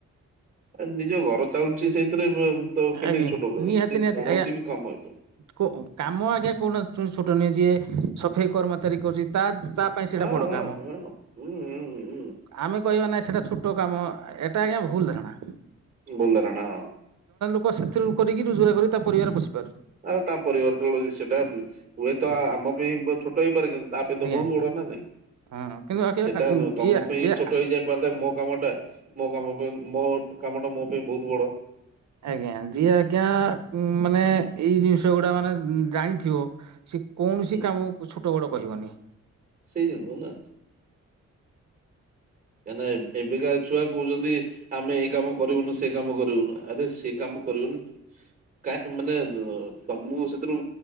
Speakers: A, on the right; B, on the right.
A: ଆ ନିଜ ଘର ଚାଲୁଛି ସେଇଥିରେ ବ ତ କେମିତି
B: ଆଜ୍ଞା
A: ଛୋଟ କହିବ,
B: ନିହାତି
A: ସେ
B: ନିହାତି
A: କୌଣସି
B: ଆଜ୍ଞା
A: ବି କାମ ହେଇଥାଉ।
B: କୋ କାମ ଆଜ୍ଞା କୋଉଟା ଛୋଟ ନୁହେଁ ଯିଏ ସଫେଇ କର୍ମଚାରୀ କରୁଚି ତା ତା ପାଇଁ ସେଇଟା
A: ହଁ
B: ବଡ
A: ହଁ
B: କାମ
A: ହଁ ହୁଁ ହୁଁ ହୁଁ
B: ଆମେ କହିବା ନାଇ ସେଇଟା ଛୋଟ କାମ ଏ ଏଟା ଆଜ୍ଞା ଭୁଲ୍ ଧରଣା।
A: ଭୁଲ୍ ଧାରଣା ହଁ।
B: ସେଥିରୁ କରିକି ରୋଜଗାର କରି ତା ପରିବାର ପୋଷ
A: ଆଉ ତା ପରିବାର ଚଳଉଛି ସେଇଟା ହୁଏତ
B: ଆଜ୍ଞା
A: ଆ ଆମ ପାଇଁ ଛୋଟ ହେଇପାରେ କିନ୍ତୁ ତା ପାଇଁ
B: ଆଜ୍ଞା।
A: ତ ବହୁତ ବଡ। ନା ନାଇଁ।
B: ହଁ କିନ୍ତୁ ଆଜ୍ଞା,
A: ସେଟା ତମ
B: ଯିଏ
A: ପାଇଁ
B: ଯିଏ
A: ଛୋଟ ହେଇ ଯାଇପାରି ଥାଏ, ମୋ କାମଟା ମୋ କାମ ପାଇଁ ମୋ ମୋ କାମଟା ମୋ ପାଇଁ ବହୁତ ବଡ।
B: ଆଜ୍ଞା ଯିଏ ଆଜ୍ଞା ମାନେ ଏଇ ଜିନିଷ ଗୁଡା ମାନେ ଜାଣିଥିବ ସେ କୌଣସି
A: ହୁଁ।
B: କାମ ଛୋଟ ବଡ କହିବନି।
A: ସେଇ <unintelligible> ନା କାହିଁକି ଏବେକା ଛୁଆ କହୁଛନ୍ତି। ଆମେ ଏଇ କାମ କରିବୁନୁ ସେ କାମ କରିବୁନୁ। ଆରେ ସେ କାମ କରିବନି କାହାକୁ ମାନେ ତମୁକୁ ସେଥିରୁ